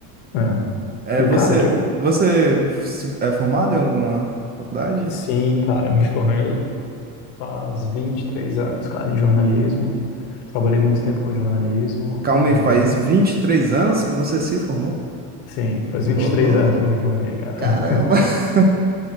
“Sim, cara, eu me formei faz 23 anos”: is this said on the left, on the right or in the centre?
Left